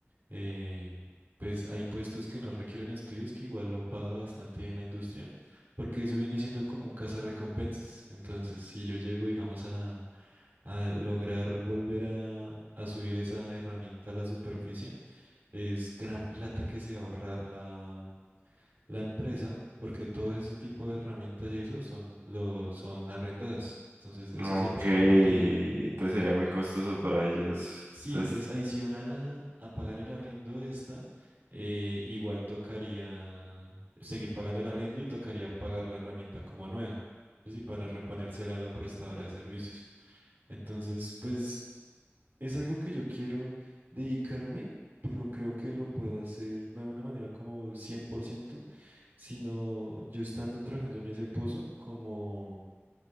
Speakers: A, on the right; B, on the right.
A: eh, pues hay puestos que no requieren estudios que igual lo paga bastante bien la industria, porque eso viene siendo como un cazarrecompensas. Entonces, si yo llego, digamos, a, a lograr volver a, a subir esa herramienta a la superficie, es gran plata que se va a ahorrar la, la empresa, porque todo ese tipo de herramientas y eso son, lo, son arrendadas. Entonces, eso
B: Ok,
A: se paga
B: entonces
A: por día.
B: sería muy costoso para ellos.
A: Sí,
B: Entonces,
A: entonces adicional a, a pagar el arriendo de esta, eh, igual tocaría seguir pagando el arriendo y tocaría pagar la herramienta como nueva, ¿sí? Para reponérsela a la prestadora de servicios. Entonces, pues es algo que yo quiero dedicarme, pero creo que lo puedo hacer no de una manera como 100%, sino yo estando trabajando en ese pozo, como,